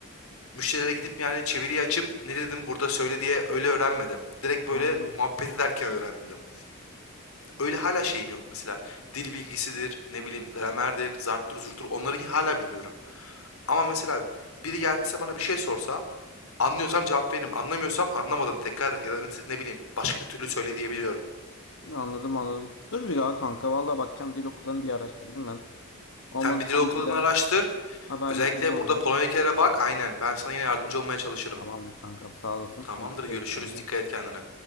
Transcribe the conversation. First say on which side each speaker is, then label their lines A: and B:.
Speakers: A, on the left; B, on the left.
A: Müşterilere gidip yani çeviriyi açıp ne dedim burada söyle diye öyle öğrenmedim. Direkt böyle
B: Anladım.
A: muhabbet ederken öğrendim. Öyle hala şeyim yok mesela. Dil bilgisidir, ne bileyim gramerdir, zarttır zurttur onları hala bilmiyorum. Ama mesela biri gelse bana bir şey sorsa anlıyorsam cevap veririm. Anlamıyorsam anlamadım tekrar et ya da ne bileyim başka türlü söyle diyebiliyorum.
B: Anladım anladım. Dur bir daha kanka valla bakacağım dil okullarını bir araştırayım ben. Olmadı
A: Sen bir dil
B: sen
A: okulunu
B: bir daha
A: araştır.
B: haberleşelim
A: Özellikle
B: o
A: burada
B: zaman.
A: Polonya'dakilere bak. Aynen ben sana yine yardımcı olmaya çalışırım.
B: Tamamdır kankam sağ olasın.
A: Tamamdır
B: Hadi dikkat
A: görüşürüz.
B: et kendine.
A: Dikkat et kendine.